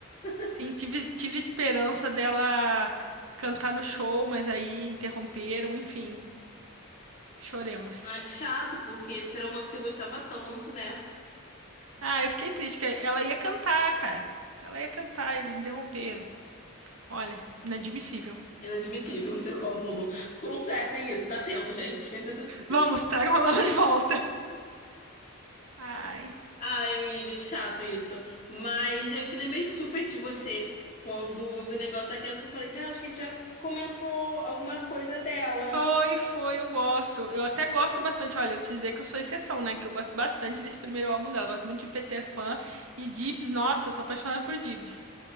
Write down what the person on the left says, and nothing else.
<laughs>
Ah, que chato, porque será uma que você gostava tanto, né?
Inadmissível você como. <laughs> Consertem isso, dá tempo, gente. <laughs>
Ai, amiga, que chato isso. Mas eu que lembrei super de você quando houve o negócio daquelas que eu falei, cara, acho que a gente já f- comentou alguma coisa dela.